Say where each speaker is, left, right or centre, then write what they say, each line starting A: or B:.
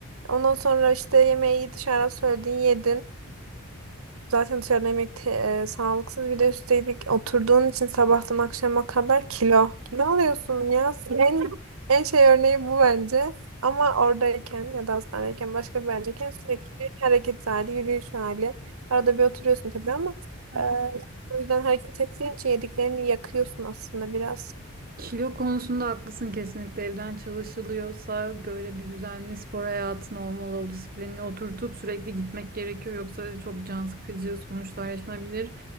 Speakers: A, on the right; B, on the right.
A: Ondan sonra işte yemeği dışarıdan söyledin yedin. Zaten dışarıda yemek te- e, sağlıksız bir de üstelik oturduğun için sabahtan akşama kadar kilo. Kilo alıyorsun ya. En, en şey örneği bu bence. Ama oradayken ya da hastanedeyken başka bir yerdeyken sürekli bir hareket hali, yürüyüş hali. Arada bir oturuyorsun tabii ama
B: <laughs>
A: e, o yüzden hareket ettiğin için yediklerini yakıyorsun aslında biraz.
B: Kilo konusunda haklısın kesinlikle evden çalışılıyorsa böyle bir düzenli spor hayatın olmalı o disiplinini oturtup sürekli gitmek gerekiyor yoksa çok can sıkıcı sonuçlar yaşanabilir.